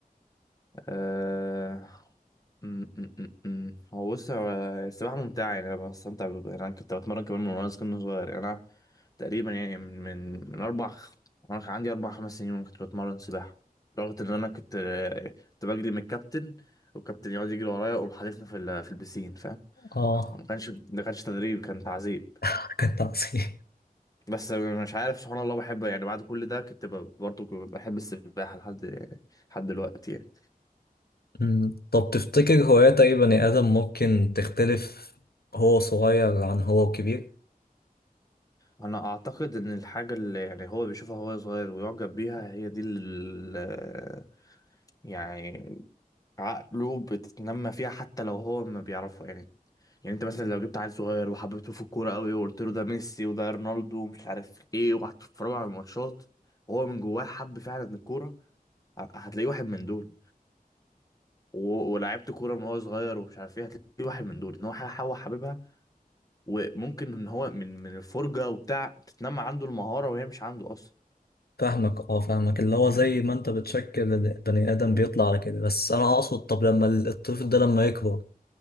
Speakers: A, on the left; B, on the left.
A: أه... م- م- م- م. هو بص هو السباحة ممتعة يعني أنا بستمتع ب- يعني أنا كنت بتمرن كمان من وأنا صغير صغير يعني أنا تقريبا يعني من من من أربع خ- وأنا كان عندي أربع خمس سنين وأنا كنت بتمرن سباحة لدرجة إن أنا كنت كنت بجري من الكابتن والكابتن يقعد يجري ورايا ويقوم حادفني في ال... في البسين فاهم
B: أه
A: ما كانش ما كانش تدريب كان تعذيب
B: <laughs> كانت عظيم
A: بس مش عارف سبحان الله بحب يعني بعد كل ده كنت ب- برضه بحب السباحة لحد يعني لحد دلوقتي يعني
B: أمم، طب تفتكر هوايات أي بني آدم ممكن تختلف هو صغير عن هو كبير؟
A: أنا أعتقد إن الحاجة اللي يعني هو بيشوفها وهو صغير ويعجب بيها هي دي اللي يعني عقله بتتنمى فيها حتى لو هو ما بيعرفها يعني يعني أنت مثلا لو جبت عيل صغير وحببته في الكورة قوي وقلت له ده ميسي وده رونالدو ومش عارف إيه وقعدت تتفرجوا على الماتشات وهو من جواه حب فعلا الكورة ه- هتلاقيه واحد من دول و- ولعبت كوره من هو صغير ومش عارف ايه هتلاقي واحد من دول ان هو ح- هو حاببها وممكن ان هو من من الفرجه وبتاع تتنمى عنده المهاره وهي مش عنده اصلا
B: فاهمك اه فاهمك اللي هو زي ما انت بتشكل البني ادم بيطلع على كده بس انا اقصد طب لما الطفل ده لما يكبر